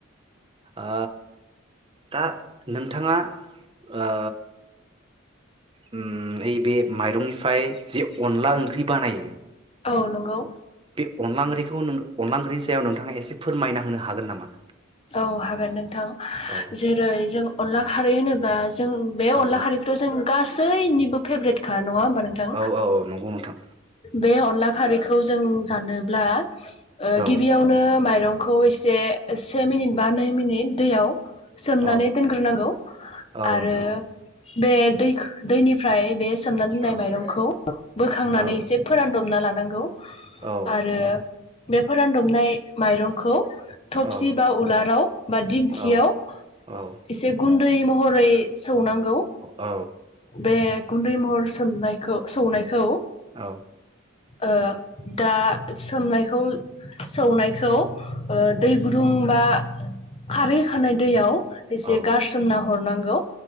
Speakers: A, on the right; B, on the left.
A: ओ दा नोंथाङा ओ ओम नैबे माइरं जे अन्ला ओंख्रि बानायो
B: औ नंगौ
A: बे अन्ला ओंख्रिखौ नों अन्ला ओंख्रि बेनि सायाव नोंथाङा एसे फोरमायना होनो हागोन नामा?
B: औ हागोन नोंथां
A: औ
B: जेरै जों अनला खारै होनो बा जों बे
A: औ
B: अन्ला खारिथ' जों गासैनिबो फेभ्रेटखा नङा नोंथां
A: औ औ औ नंगौ नोंथां
B: बे अन्ला खारै खौ जों जानोब्ला ओ
A: औ
B: गिबियावनो माइरं खौ एसे से मिनिट बा नै मिनिट दैयाव सोमनानै
A: औ
B: दोनग्रोनांगौ
A: औ
B: आरो
A: नोंथां औ
B: बे दैख दैनिफ्राय बे सोमनना
A: औ
B: माइरंखौ बोखांनानै
A: औ
B: एसे फोरानद हमना लानांगौ
A: औ
B: आरो बेफोर रानदबनाय माइरंखौ थबसि
A: औ
B: बा उलाराव बा दिंखियाव
A: औ औ
B: एसे गुन उन्दै महरै सौनांगौ
A: औ
B: बे गुन्दै महर सोमनायखौ सौनायखौ
A: औ
B: ओ दा सोमनायखौ सौनायखौ ओ दै बा खारै होखानाय दैयाव एसे
A: औ
B: गारसनना हरनांगौ